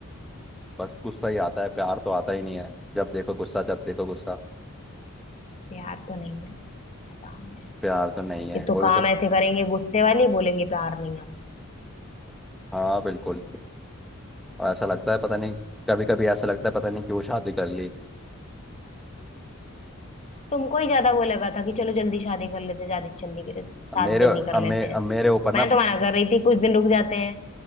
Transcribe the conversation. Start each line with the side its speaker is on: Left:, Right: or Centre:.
Centre: बस गुस्सा ही आता है प्यार तो आता ही नहीं है जब देखो गुस्सा जब देखो गुस्सा
Left: प्यार तो नहीं आता पता नहीं
Centre: प्यार तो नहीं है
Left: ये तो
Centre: वही
Left: काम
Centre: तो
Left: ऐसे करेंगे गुस्से वाली बोलेंगे प्यार नहीं आता
Centre: हाँ बिल्कुल और ऐसा लगता है पता नहीं कभी कभी ऐसा लगता है पता नहीं क्यों शादी कर ली
Left: तुमको ही ज्यादा वो लगा था कि चलो जल्दी शादी कर लेते शादी जल्दी
Centre: अब मेरे
Left: शादी
Centre: अब
Left: जल्दी कर लेते
Centre: मे, अब
Left: हैं
Centre: मेरे ऊपर ना
Left: मैं तो मना कर रही थी कुछ दिन रुक जाते हैं